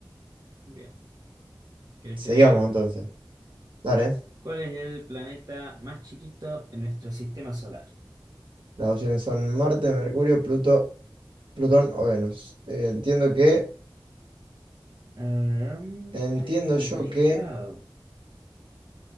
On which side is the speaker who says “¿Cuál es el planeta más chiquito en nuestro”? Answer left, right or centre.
Right